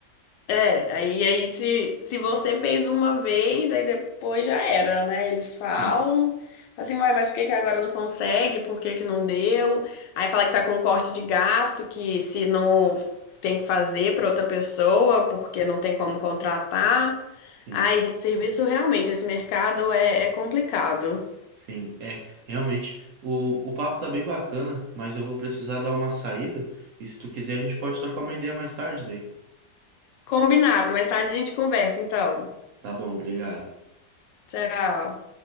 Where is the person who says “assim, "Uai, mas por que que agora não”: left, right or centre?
Left